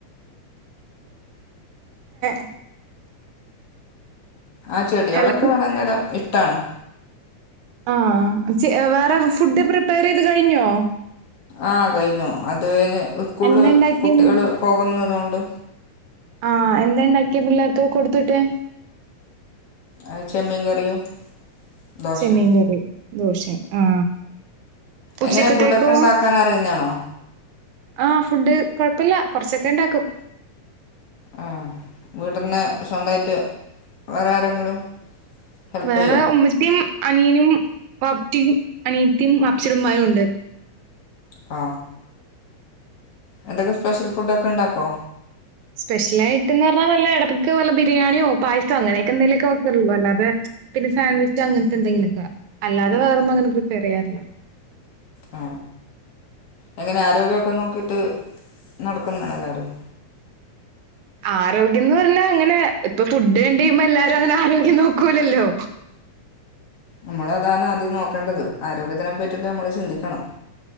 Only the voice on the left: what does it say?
ആ ചെടികളൊക്കെ
<unintelligible> ട്ടാണ്
ആ കഴിഞ്ഞു അത് ന് സ്കൂളില്
കുട്ടികള് പോകുന്നത് കൊണ്ട്
അഹ് ചെമ്മീൻ കറിയും ദോശയും
എങ്ങനെ ഫുഡൊക്കെ ഉണ്ടാക്കാൻ അറിയുന്നതാണോ
ആ വീട്ടിന്ന് സ്വന്തമായിട്ട് വേറെ ആരെങ്കിലും ഹെൽപ്പ്
ചെയ്യുമോ
ആ എന്തൊക്കെ സ്പെഷ്യൽ ഫുഡ് ഒക്കെ ണ്ടാക്കോ
ആ എങ്ങനെ ആരോഗ്യക്കെ നോക്കിട്ട് നടക്കുന്നതാണോ എല്ലാരും
നമ്മൾ അതാണ് ആദ്യം നോക്കേണ്ടത് ആരോഗ്യത്തിനെ പറ്റിട്ട് നമ്മള് ചിന്തിക്കണം